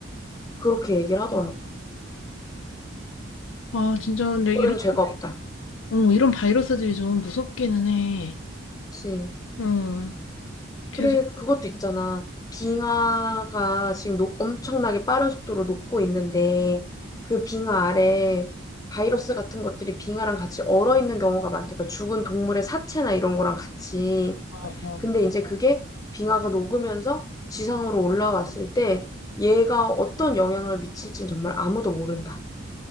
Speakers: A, on the left; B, on the left.
A: 그렇게 얘기를 하더라고.
B: 아, 진짜 근데
A: 우리는
B: 이런,
A: 죄가 네. 없다.
B: 어, 이런 바이러스들이 좀 무섭기는 해.
A: 그지
B: 어, 계속,
A: 그래, 그것도 있잖아. 빙하가 지금 노- 엄청나게 빠른 속도로 녹고 있는데, 그 빙하 아래 바이러스 같은 것들이 빙하랑 같이 얼어 있는 경우가 많다니까, 죽은 동물의 사체나 이런 거랑 같이.
B: 어, 어.
A: 근데 이제 그게 빙하가 녹으면서 지상으로 올라왔을 때, 얘가 어떤 영향을 미칠진 정말 아무도 모른다.